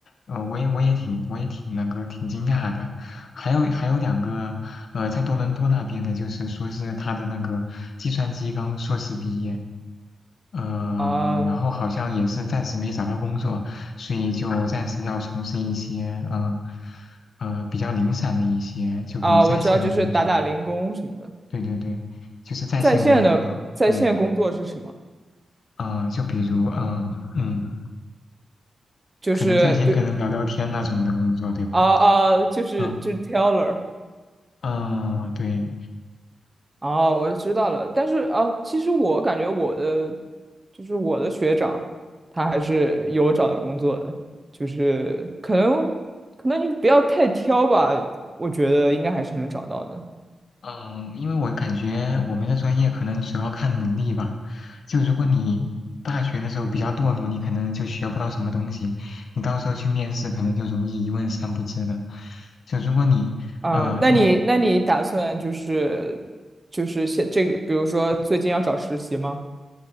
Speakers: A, on the left (about 70°); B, on the right (about 20°).
A: 呃，我也我也挺我也挺那个挺惊讶的，还有还有两个，呃，在多伦多那边的，就是说是他的那个计算机刚硕士毕业，呃，
B: 啊
A: 然后好像也是暂时没找到工作，所以就暂时要从事一些，嗯、呃，比较零散的一些，就比如在线的工作，
B: 啊！我知道，就是打打零工什么的。
A: 对对对，就是在线工作，
B: 在线的在线工作是什么？
A: 对，呃，就比如，嗯、嗯，
B: 就是对
A: 可能在线跟人聊聊天那种的工作，对吧？
B: 啊啊，就是就是
A: 嗯
B: teller
A: 嗯，对，
B: 啊，我知道了。但是啊，其实我感觉我的就是我的学长，他还是有找到工作的，就是可能可能你不要太挑吧，我觉得应该还是能找到的。
A: 嗯，因为我感觉我们的专业可能主要看能力吧。就如果你大学的时候比较堕落，你可能就学不到什么东西，你到时候去面试可能就容易一问三不知的。就如果你呃，
B: 啊，那你那你打算就是就是现这个，
A: 就
B: 比如说最近要找实习吗？